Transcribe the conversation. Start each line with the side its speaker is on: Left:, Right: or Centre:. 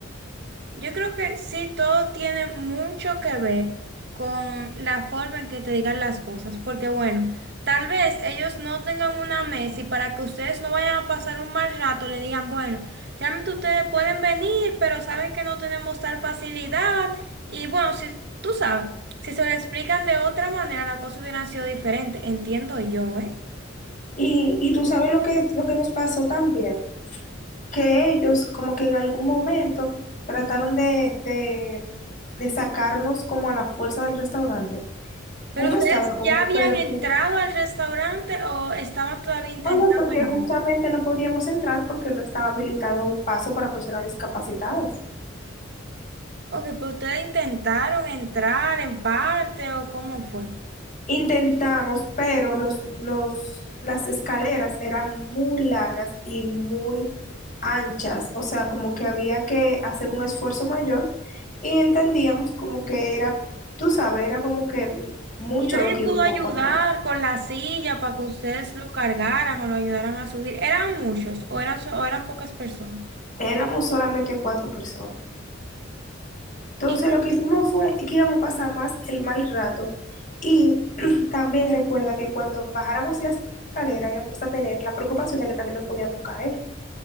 Right: Yo creo que sí, todo tiene mucho que ver con la forma en que te digan las cosas, porque bueno, tal vez ellos no tengan una mesa y para que ustedes no vayan a pasar un mal rato, le digan, bueno, realmente ustedes pueden venir, pero saben que no tenemos tal facilidad y bueno, si tú sabes, si se lo explican de otra manera, la cosa hubiera sido diferente, entiendo yo, ¿eh?
Left: Y, y tú sabes lo que, lo que nos pasó también, que ellos como que en algún momento trataron de, de, de sacarnos como a la fuerza del restaurante.
Right: Pero
Left: Uno
Right: ustedes
Left: estaba como,
Right: ya habían
Left: pero...
Right: entrado al restaurante o estaban todavía intentando
Left: Oh, no, porque
Right: entrar.
Left: justamente no podíamos entrar porque no estaba habilitado un paso para personas discapacitadas.
Right: Ok, pero ustedes intentaron entrar en parte o cómo fue.
Left: Intentamos, pero los, los, las escaleras eran muy largas y muy anchas, o sea, como que había que hacer un esfuerzo mayor y entendíamos como que era, tú sabes, era como que mucho
Right: Y nadie
Left: lo que
Right: pudo
Left: íbamos
Right: ayudar
Left: a pasar.
Right: con la silla para que ustedes lo cargaran o lo ayudaran a subir. Eran muchos o eran, so- o eran pocas personas.
Left: Éramos solamente cuatro personas. Entonces
Right: Y
Left: lo que hicimos fue que íbamos a pasar más el mal rato. Y <clears throat> también recuerda que cuando bajáramos la escalera íbamos a tener la preocupación de que también nos podíamos caer.